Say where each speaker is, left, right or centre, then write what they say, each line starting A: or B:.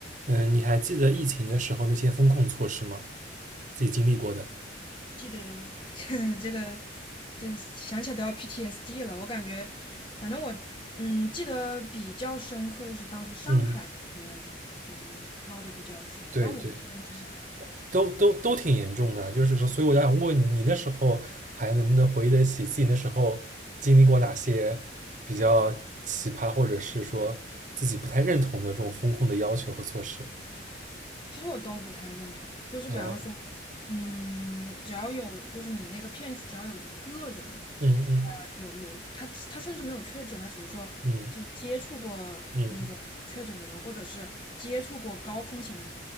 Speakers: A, on the right (about 40°); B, on the left (about 25°).
A: 嗯，你还记得疫情的时候那些风控措施吗？自己经历过的。
B: 记得呀，<laughs> 这这个，这想起来都要 PTSD 了。我感觉，反正我嗯记得比较深刻的是当时上海那边就是闹得比较凶，
A: 嗯，对对，
B: 但我们这边其实还好。
A: 都都都挺严重的啊，就是说，所以我想问你，那时候还能不能回忆得起自己那时候经历过哪些比较奇葩，或者是说自己不太认同的这种风控的要求和措施？
B: 其实我都不太认同，就是比方说，
A: 啊，
B: 嗯，只要有就是你那个片区只要有一个人
A: 嗯嗯
B: 有有，他他甚至没有确诊，他只是说就是接触过那种确诊的人，
A: 嗯嗯，
B: 或者是接触过高风险的人，